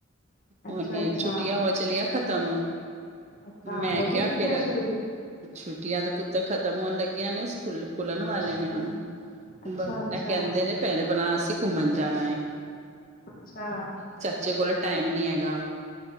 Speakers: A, on the left; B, on the right.
A: ਅੱਛਾ-ਅੱਛਾ,
B: ਹੁਨ ਛੁੱਟੀਆਂ
A: ਅੱਛਾ
B: ਹੋ ਚਲੀਆ ਖਤਮ,
A: ਅੱਛਾ,
B: ਮੈਂ
A: ਹੋ
B: ਕਿਆ
A: ਗਈ ਛੁੱਟੀਆਂ
B: ਫਿਰ
A: ਸ਼ੁਰੂ?
B: ਛੁੱਟੀਆਂ ਤਾ ਪੁੱਤ ਖ਼ਤਮ ਹੋਨ ਲੱਗੀਆਂ ਨੇ ਸਕੂਲ ਖੁੱਲਨ
A: ਅੱਛਾ,
B: ਵਾਲੇ ਨੇ ਹੁਨ।
A: ਅੱਛਾ-ਅੱਛਾ,
B: ਬਸ ਇਹ ਕੈੰਦੇ ਨੇ ਪਹਿਲ ਬਨਾ ਅਸੀਂ ਘੁੰਮਣ ਜਾਨਾ ਏ।
A: ਅੱਛਾ!
B: ਚੇ ਕੋਲੇ ਟੈਮ ਨੀ ਹੈਗਾ।